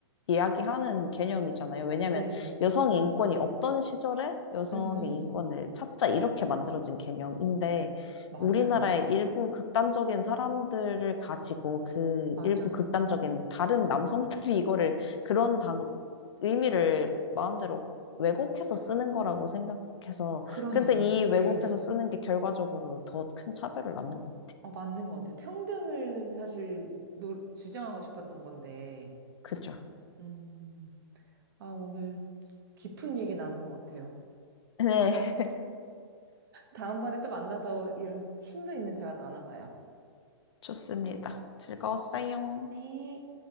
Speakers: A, on the left; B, on the right.
A: 이야기하는 개념이잖아요. 왜냐하면
B: 네.
A: 여성의 인권이 없던 시절에 여성의
B: 음, 음,
A: 인권을 찾자 이렇게 만들어진 개념인데
B: 맞아요.
A: 우리나라의 일부 극단적인 사람들을 가지고 그
B: 맞아.
A: 일부 극단적인 다른 남성들이 이거를 그런 단어, 의미를 마음대로 왜곡해서 쓰는 거라고 생각해서,
B: 그러네요.
A: 근데 이
B: 네.
A: 왜곡해서 쓰는 게 결과적으로 더 큰 차별을 낳는 거.
B: 어, 맞는 것 같아요. 평등을 사실 노, 주장하고 싶었던 건데,
A: 그죠?
B: 음, 아, 오늘 깊은 얘기 나눈 것 같아요.
A: 네, <laughs>
B: 다음번에 또 만나서 이런 힘도 있는 대화 나눠봐요.
A: 좋습니다. 즐거웠어요.
B: 네.